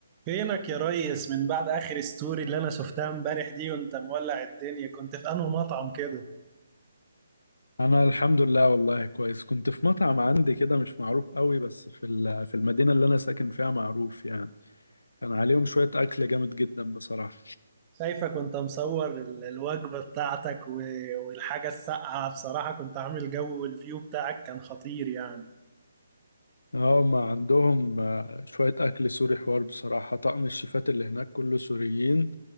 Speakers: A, on the right; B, on the left.
A: فينك يا ريس من بعد اخر ستوري اللي انا شفتها امبارح دي وانت مولع الدنيا كنت في انه مطعم كده
B: انا الحمد لله والله كويس كنت في مطعم عندي كده مش معروف قوي بس في ال- في المدينة اللي انا ساكن فيها معروف يعني كان عليهم شوية اكل جامد جدا بصراحة
A: شايفك وانت مصور ال- الوجبة بتاعتك و- والحاجة الساقعة بصراحة كنت عامل جو والفيو بتاعك كان خطير يعني
B: اه ما عندهم آه، شوية اكل سوري حوار بصراحة طقم الشيفات اللي هناك كله سوريين